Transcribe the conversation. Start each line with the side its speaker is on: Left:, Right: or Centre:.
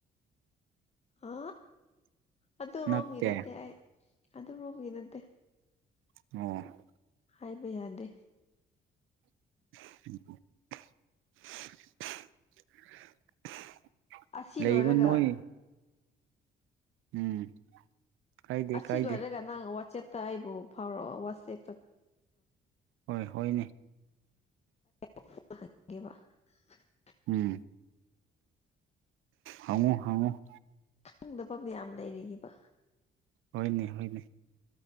Left: ꯑ ꯑꯗꯨꯗ
Right: ꯅꯛꯇꯦ
Left: ꯔꯣꯝꯒꯤ ꯅꯠꯇꯦ ꯑ ꯑꯗꯨ ꯔꯣꯝꯒꯤ ꯅꯠꯇꯦ
Right: ꯑ
Left: ꯍꯥꯏꯕ ꯌꯥꯗꯦ
Right: <unintelligible>
Left: ꯑꯁꯤ
Right: ꯂꯩꯕ
Left: ꯂꯣꯏꯔꯒ
Right: ꯅꯣꯏ ꯎꯝ ꯀꯥꯏꯗꯦ
Left: ꯑꯁꯤ
Right: ꯀꯥꯏꯗꯦ
Left: ꯂꯣꯏꯔꯒ ꯅꯪ ꯋꯥꯆꯦꯞꯇ ꯑꯩꯕꯨ ꯐꯥꯎꯔꯛꯑꯣ ꯋꯥꯆꯦꯞꯇ
Right: ꯍꯣꯏ ꯍꯣꯏꯅꯦ
Left: <unintelligible>
Right: ꯎꯝ ꯍꯉꯨ ꯍꯉꯨ
Left: ꯈꯪꯗꯕꯗꯤ ꯌꯥꯝ ꯂꯩꯔꯤꯑꯕ
Right: ꯍꯣꯏꯅꯦ ꯍꯣꯏꯅꯦ